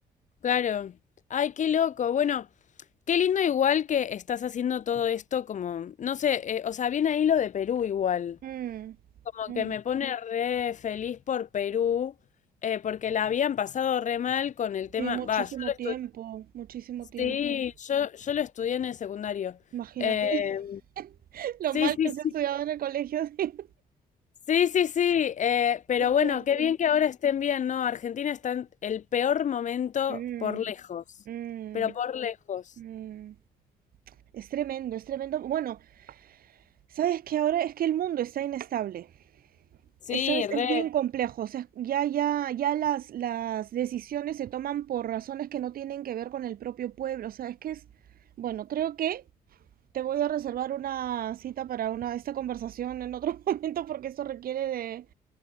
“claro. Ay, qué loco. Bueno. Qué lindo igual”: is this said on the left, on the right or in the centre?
Left